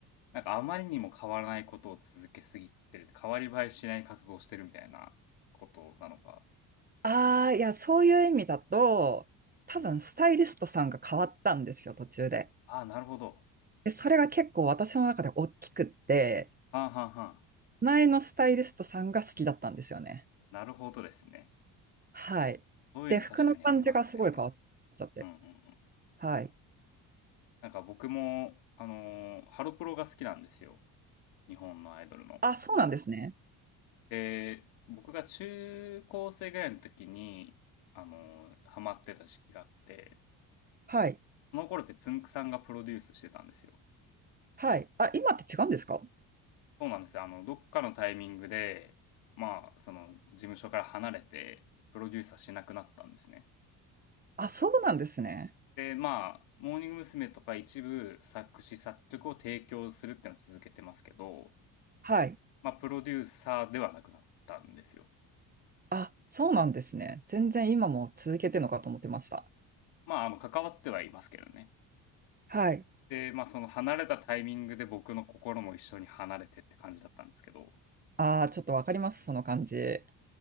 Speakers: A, on the left; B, on the right.
A: なんかあまりにも変わらないことを続けすぎてる、変わり映えしない活動をしてるみたいなことなのか。
B: ああ、いや、そういう意味だと、多分スタイリストさんが変わったんですよ、
A: うんうん。
B: 途中で。
A: ああ、なるほど。
B: で、それが結構私の中で大きくって、
A: はんはんはん。
B: 前のスタイリストさんが好きだったんですよね。
A: なるほどですね。
B: はい。
A: そういうの確かにありますね。
B: で、服の感じがすごい変わっちゃって。
A: うんうんうん。
B: はい。
A: なんか僕も、あのーハロプロが好きなんですよ。日本のアイドルの。
B: あ、そうなんですね。
A: で、僕が中高生ぐらいの時に、あのーハマってた時期があって、
B: はい。
A: その頃ってつんくさんがプロデュースしてたんですよ。
B: はい。あ、今って違うんですか
A: そうなんですよ。あの、どっかのタイミングで、まあ、その、事務所から離れて、プロデューサーしなくなったんですね。
B: あ、そうなんですね。
A: で、まあ、モーニング娘。とか一部作詞作曲を提供するっていうのを続けてますけど、
B: はい。
A: まあ、プロデューサーではなくなったんですよ。
B: あ、そうなんですね。全然今も続けてるのかと思ってました。
A: まあ、あの、関わってはいますけどね。
B: はい。
A: で、まあ、その離れたタイミングで僕の心も一緒に離れてって感じだったんですけど、
B: ああ、ちょっとわかります、その感じ。